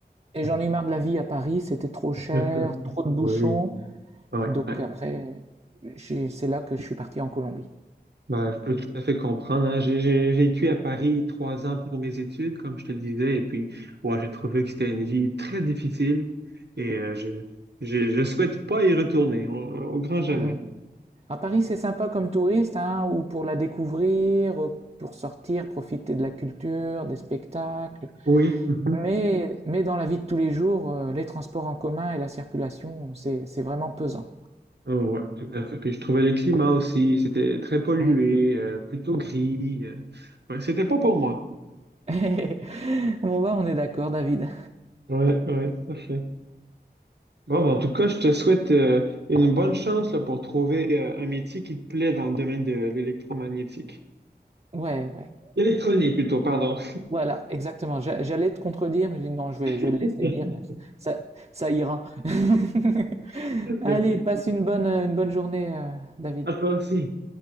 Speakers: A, on the right; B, on the right.
A: Et
B: Mhm.
A: j'en ai eu marre de la vie à Paris, c'était trop cher,
B: <laughs>
A: trop de bouchons,
B: Oui. Ouais,
A: donc
B: ouais.
A: après, c'est là que je suis parti en Colombie.
B: Ben, je peux tout à fait comprendre. hein. J'ai j'ai vécu à Paris trois ans pour mes études, comme je te disais, et puis ouais, j'ai trouvé que c'était une vie très difficile et euh, je, je je souhaite pas y retourner au, au grand jamais.
A: Mhm. À Paris, c'est sympa comme touriste, hein, ou pour la découvrir, euh, pour sortir, profiter de la culture, des spectacles.
B: Oui, mhm.
A: Mais, mais dans la vie de tous les jours, euh, les transports en commun et la circulation, c'est, c'est vraiment pesant.
B: Euh, ouais, tout à fait. Puis je trouvais le climat aussi, c'était très pollué,
A: Mhm.
B: euh, plutôt gris. euh. Ouais, c'était pas pour moi.
A: <laughs> Bon bah on est d'accord David.
B: Ouais, ouais, tout à fait. Bon, ben, en tout cas, je te souhaite euh, une bonne chance là, pour trouver euh, un métier qui te plaît dans le domaine de l'électromagnétique.
A: Ouais, ouais.
B: Électronique, plutôt, pardon.
A: Voilà, exactement. J'a- J'allais te contredire, mais je dis non, je vais, je vais
B: <laughs>
A: le laisser dire. mais Ça, ça ira. <laughs> Allez,
B: Merci.
A: passe une bonne, une bonne journée, euh, David.
B: À toi aussi.